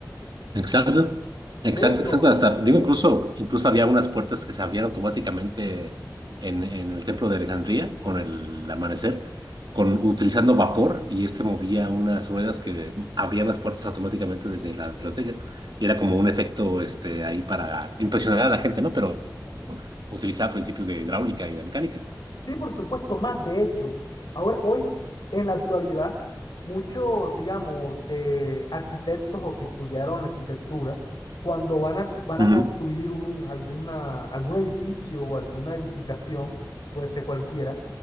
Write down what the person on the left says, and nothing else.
De hecho,
Sí, por supuesto, más de hecho. Ahora, hoy, en la actualidad, muchos, digamos, eh, arquitectos o que estudiaron arquitectura, cuando van a, van
a construir un, alguna, algún edificio o alguna edificación, puede ser cualquiera,